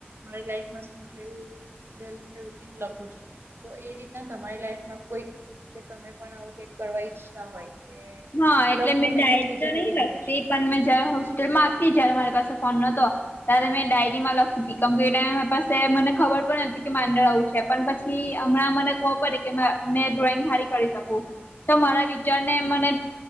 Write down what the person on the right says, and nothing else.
મારી લાઈફમાં શું થયું ડેલી એ રૂટિન લખું છું. તો એ રીતના તમારી લાઈફમાં કોઈક તમે પણ આવું કઈક કરવા ઈચ્છતા હોય. કે
લખવું
નહી
પણ બીજા
કઈક
ઇન્ટરેસ્ટ